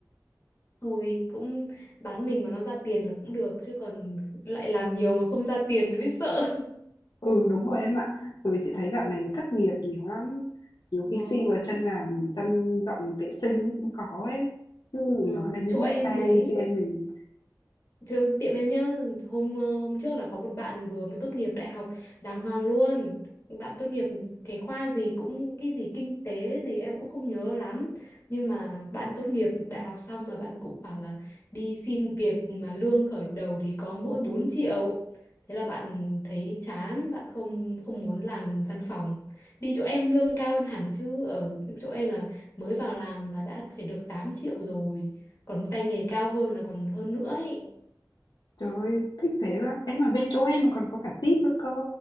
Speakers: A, on the left (about 35°); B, on the left (about 70°).
A: thôi cũng bán mình mà nó ra tiền là cũng được chứ còn lại làm nhiều mà không ra tiền thì mới sợ
B: Ừ đúng rồi em ạ Bởi vì chị thấy dạo này thất nghiệp nhiều lắm Nhiều
A: Vâng,
B: khi xin vào chân làm Chân dọn vệ sinh cũng khó ấy Cứ
A: vâng,
B: nói là đi
A: chỗ
B: massage
A: em ấy,
B: Chị em mình
A: Chứ tiệm em nhá, hôm ờ, hôm trước là có một bạn vừa mới tốt nghiệp đại học đàng hoàng luôn. Bạn tốt nghiệp cái khoa gì cũng cái gì kinh tế gì em cũng không nhớ lắm. Nhưng mà bạn tốt nghiệp đại học xong mà bạn cũng bảo là đi xin việc mà lương khởi đầu thì có mỗi 4 triệu. Thế là bạn thấy chán, bạn không không muốn làm văn phòng. Đi chỗ em lương cao hơn hẳn chứ ở chỗ em là mới vào làm là đã phải được 8 triệu rồi. Còn tay nghề cao hơn là còn hơn nữa ấy.
B: Trời ơi thích thế quá Em mà bên chỗ em mà còn có cả tip nữa cơ